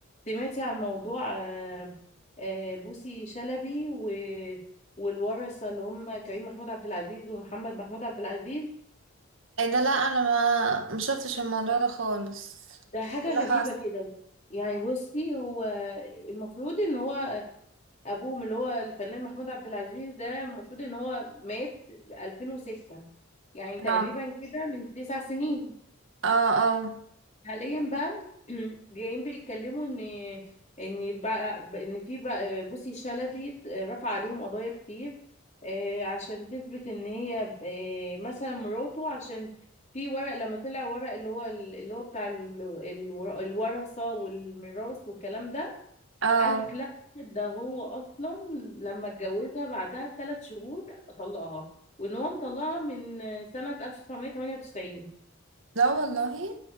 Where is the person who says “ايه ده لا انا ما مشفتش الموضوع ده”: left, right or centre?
Right